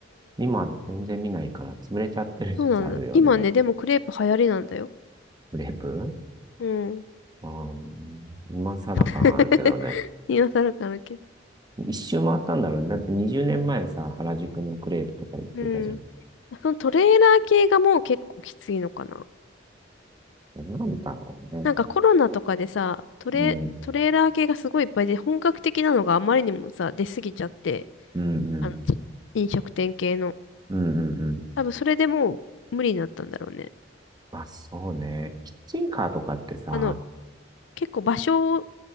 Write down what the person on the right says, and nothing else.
今全然見ないから潰れちゃってる説あるよね。
クレープ
うん、今更感あるけどね。
一周回ったんだろうね。だって20年前さ、原宿のクレープとか行ってたじゃん。
なんだろうね。
うん、
うん、うん、
うん、うんうん。
まあそうね。キッチンカーとかってさ、